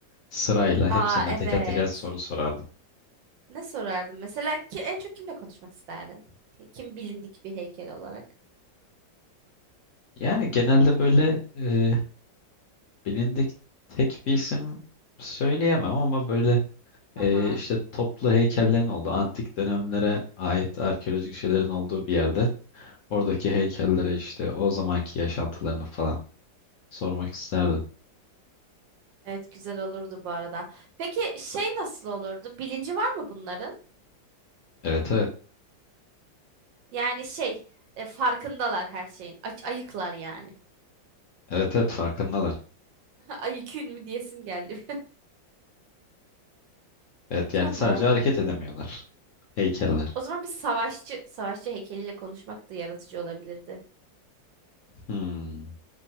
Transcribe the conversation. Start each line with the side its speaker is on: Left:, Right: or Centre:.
Left: sırayla
Right: Aa
Left: hepsine
Right: evet.
Left: teker teker soru sorardım.
Right: Ne sorardım? Mesela ki en çok kimle konuşmak isterdin? Kim bilindik bir heykel olarak?
Left: Yani genelde böyle e, bilindik tek bir isim söyleyemem ama böyle
Right: Tamam.
Left: e, işte toplu heykellerin olduğu antik dönemlere ait arkeolojik şeylerin olduğu bir yerde oradaki heykellere işte o zamanki yaşantılarını falan sormak isterdim.
Right: Evet güzel olurdu bu arada. Peki şey nasıl olurdu? Bilinci var mı bunların?
Left: Evet evet.
Right: Yani şey e, farkındalar her şeyin. Aç, ayıklar yani.
Left: Evet evet farkındalar.
Right: <laughs> Ayıkün mü diyesim geldi. <laughs>
Left: Evet
Right: Tamam.
Left: yani sadece hareket edemiyorlar. Heykeller.
Right: O zaman bir savaşçı savaşçı heykeliyle konuşmak da yaratıcı olabilirdi.
Left: Hmm.